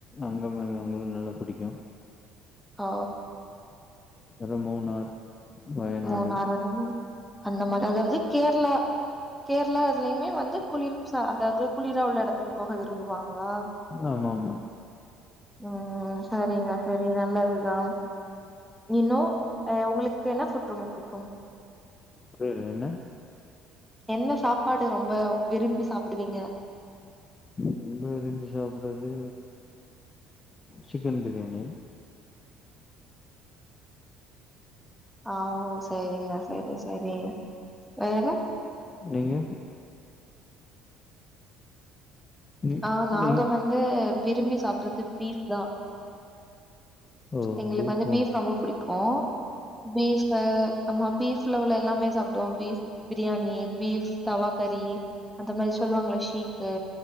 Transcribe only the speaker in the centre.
ஆ
மூணார் அந்த மா அந்த மாரி அதாவது கேரளா கேரளா அதுலயுமே வந்து குளிர் சா அதாவது குளிரா உள்ள எடத்துக்கு போக விரும்புவாங்க முலாம்
ம் சரிங்க சரிங்க நல்லதுதா இன்னு அ உங்களுக்கு என்ன ஃபுட் ரொம்ப புடிக்கு
என்ன சாப்பாடு ரொம்ப விரும்பி சாப்டுவீங்க
ஆவ் சரிங்க சரி சரி வேற
ஆ நாங்க
வந்து விரும்பி சாப்டறது பீஃப்தா
எங்களுக்கு வந்து
பீஃப் ரொம்ப புடிக்கு பீஃப் ஆமா பீஃப்ல உள்ள எல்லாமே சாப்டுவோ பீஃப் பிரியாணி பீஃப் தவா கறி அந்த மாரி சொல்லுவாங்கல்ல ஷீக்கு